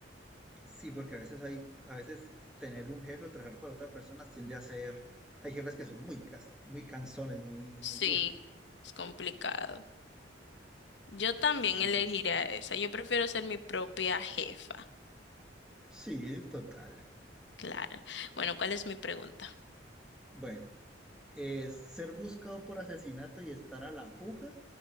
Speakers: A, in the centre; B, on the left.
A: Sí, porque a veces hay, a veces tener un jefe o trabajar para otra persona tiende a ser, hay jefes que son muy, cas- muy cansones, muy,
B: Sí,
A: muy, uf.
B: es complicado. Yo también
A: Sí,
B: elegiría
A: sí, sí.
B: esa. Yo prefiero ser mi propia jefa.
A: Sí, total.
B: Claro. Bueno, ¿cuál es mi pregunta?
A: Bueno, es ser buscado por asesinato y estar a la fuga